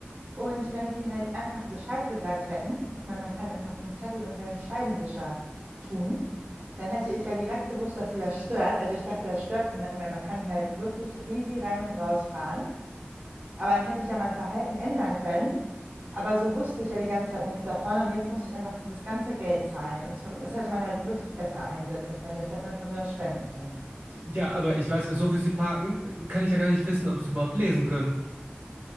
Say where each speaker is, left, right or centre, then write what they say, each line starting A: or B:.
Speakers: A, on the right; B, on the right.
A: Und wenn Sie halt einfach Bescheid gesagt hätten, ich meine, man kann einfach einen Zettel unter den Scheibenwischer tun, dann hätte ich ja direkt gewusst, dass Sie das stört. Also ich dachte, das stört niemanden, weil man kann hier halt wirklich easy rein und raus fahren. Aber dann hätte ich ja mein Verhalten ändern können. Aber so wusste ich ja die ganze Zeit nichts davon und jetzt muss ich einfach dieses ganze Geld zahlen. Und sorry, das hätte man halt wirklich besser einsetzen können. Das hätte man von mir aus spenden können.
B: Ja, aber ich weiß ja, so wie sie parken, kann ich ja gar nicht wissen, ob sie überhaupt lesen können.